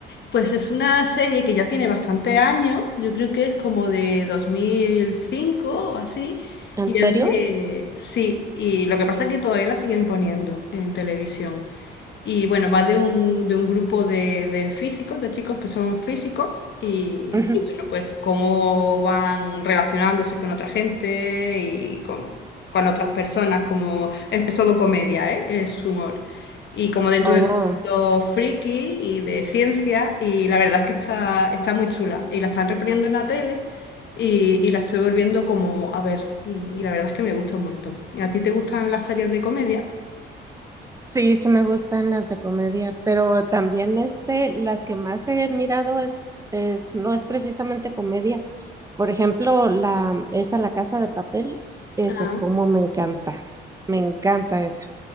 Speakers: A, on the left; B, on the right.
A: Pues es una serie que ya tiene bastantes años, yo creo que es como de 2005 o así,
B: ¿En
A: y
B: serio?
A: es de... Sí, y lo que pasa es que todavía la siguen poniendo en televisión. Y bueno, va de un, de un grupo de, de físicos, de chicos que son físicos, y,
B: Ujú.
A: y bueno, pues cómo van relacionándose con otra gente y con, con otras personas, como es, es todo comedia, ¿eh? Es humor. Y como dentro
B: Oh,
A: de mundo friki y de ciencia, y la verdad es que está, está muy chula. Y la están reponiendo en la tele y, y la estoy volviendo como a ver, y, y la verdad es que me gusta un montón. ¿A ti te gustan las series de comedia?
B: sí, sí me gustan las de comedia, pero también este, las que más he mirado es, es, no es precisamente comedia. Por ejemplo, la, esa La Casa de Papel, esa
A: Ah.
B: como me encanta, me encanta esa.